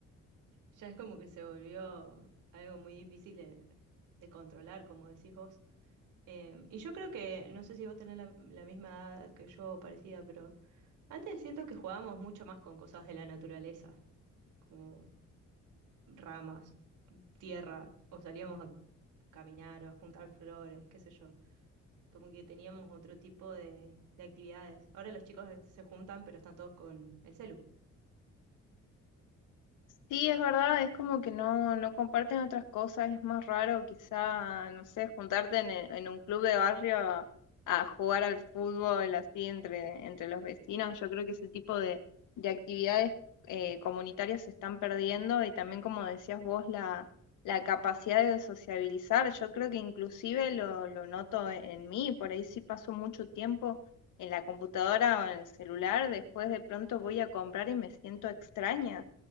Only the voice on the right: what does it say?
Ya es como que se volvió algo muy difícil de, de controlar, como decís vos. Eh, y yo creo que, no sé si vos tenés la, la misma edad que yo, o parecida, pero antes siento que jugábamos mucho más con cosas de la naturaleza, como ramas, tierra, o salíamos a caminar o a juntar flores, qué sé yo. Como que teníamos otro tipo de, de actividades. Ahora los chicos se juntan, pero están todos con el celu.